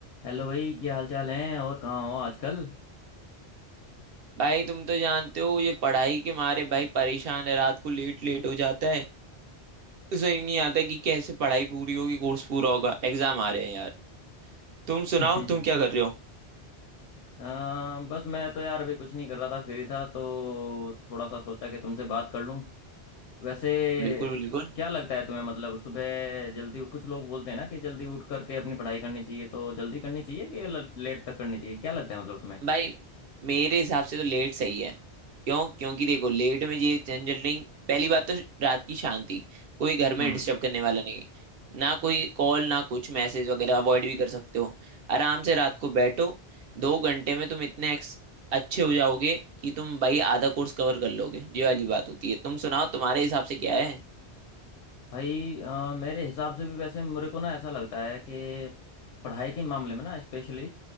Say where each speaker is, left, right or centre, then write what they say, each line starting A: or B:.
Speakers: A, on the left; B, on the right.
A: Hello भाई क्या हाल चाल है और कहाँ हो आजकल
B: भाई तुम तो जानते हो ये पढ़ाई के मारे भाई परेशान है रात को लेट लेट हो जाता है समझ नहीं आता कि कैसे पढ़ाई पूरी होगी कोर्स पूरा होगा एग्जाम आ रहे हैं यार तुम सुनाओ
A: <laughs>
B: तुम क्या कर रहे हो
A: आ, बस मैं तो यार अभी कुछ नहीं कर रहा था फ्री था तो थोड़ा सा सोचा कि तुमसे बात कर लूं वैसे
B: बिल्कुल बिल्कुल
A: क्या लगता है तुम्हें मतलब सुबह जल्दी कुछ लोग बोलते हैं ना कि जल्दी उठ करके अपनी पढ़ाई करनी चाहिए तो जल्दी करनी चाहिए कि ल- लेट तक करनी चाहिए क्या लगता है मतलब तुम्हें
B: भाई मेरे हिसाब से तो लेट सही है क्यों क्योंकि देखो लेट में ये झंझट नहीं पहली बात तो रात की शांति कोई घर
A: हम्म
B: में डिस्टर्ब करने वाला नहीं ना कोई कॉल ना कुछ मैसेज वगैरह अवॉइड भी कर सकते हो आराम से रात को बैठो दो घंटे में तुम इतने ex- अच्छे हो जाओगे कि तुम भाई आधा कोर्स कवर कर लोगे ये वाली बात होती है तुम सुनाओ तुम्हारे हिसाब से क्या है
A: भाई अ, मेरे हिसाब से भी वैसे मेरे को ना ऐसा लगता है कि पढ़ाई के मामले में ना स्पेशली